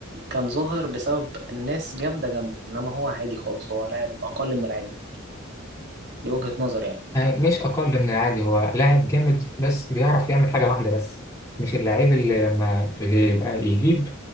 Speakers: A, on the right; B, on the left.
A: كان ظاهر بسبب الناس جامدة جنبه إنما هو عادي خالص هو لاعب أقل من العادي ممكن دي وجهة نظري يعني
B: يعني مش اقل من العادي هو لاعب جامد بس بيعرف يعمل حاجه واحده بس مش اللاعب اللي لما يبقى يجيب